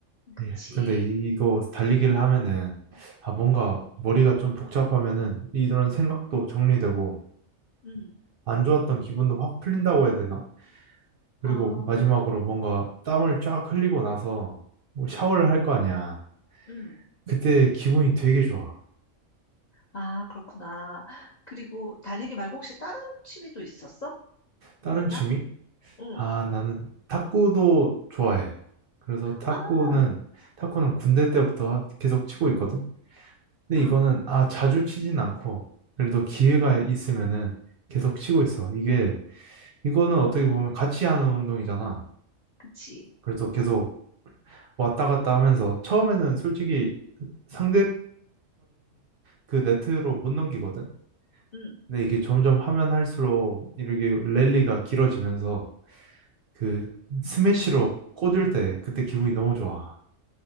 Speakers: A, on the left; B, on the right.
A: 그치.
B: 예. 근데 이, 이거 달리기를 하면은, 아, 뭔가 머리가 좀 복잡하면은 이런 생각도 정리되고,
A: 응,
B: 안 좋았던 기분도 확 풀린다고 해야 되나? 그리고
A: 아,
B: 마지막으로 뭔가 땀을 쫙 흘리고 나서 뭐 샤워를 할 거 아니야.
A: 응.
B: 그때 기분이 되게 좋아.
A: 아, 그렇구나. 그리고 달리기 말고 혹시 다른 취미도 있었어?
B: 다른
A: 있나?
B: 취미?
A: 응.
B: 아, 나는 탁구도 좋아해. 그래서 탁구는,
A: 아,
B: 탁구는 군대 때부터 계속 치고 있거든. 근데
A: 아.
B: 이거는 아 자주 치진 않고 그래도 기회가 있으면은 계속 치고 있어. 이게 이거는 어떻게 보면 같이 하는 운동이잖아.
A: 그치.
B: 그래서 계속 왔다 갔다 하면서 처음에는 솔직히 상대편 그 네트로 못 넘기거든.
A: 응.
B: 근데 이게 점점 하면 할수록 이렇게 랠리가 길어지면서 그 스매시로 꽂을 때 그때 기분이 너무 좋아.